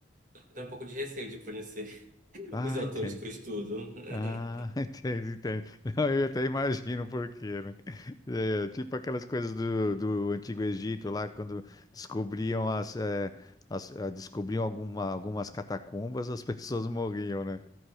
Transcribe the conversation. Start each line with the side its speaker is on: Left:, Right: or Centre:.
Right: eu tenho um pouco de receio de conhecer <laughs>
Left: Ah,
Right: os autores
Left: entendi.
Right: que eu estudo. <laughs>
Left: Ah, <laughs> entendi, entendi. Não, eu até imagino por quê, né? É, tipo aquelas coisas do, do Antigo Egito lá, quando descobriam as, é, as- ah, descobriam alguma, algumas catacumbas, as <laughs> pessoas morriam, né?